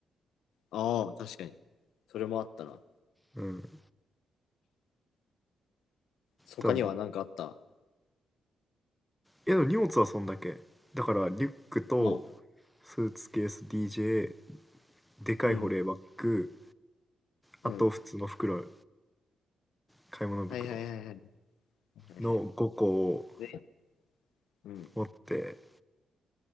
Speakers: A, on the left; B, in the centre.
A: ああ、確かに。それもあったな。
B: うん。
A: 他には何かあった
B: でも、え、でも荷物はそんだけ。だから、リュックと、
A: あ
B: スーツケース、DJ、でかい保冷バッグ、
A: うん、
B: あと普通の袋、
A: うん。
B: 買い物袋
A: はいはいはいはいはいはい。
B: の5個を
A: で、うん、
B: 持って、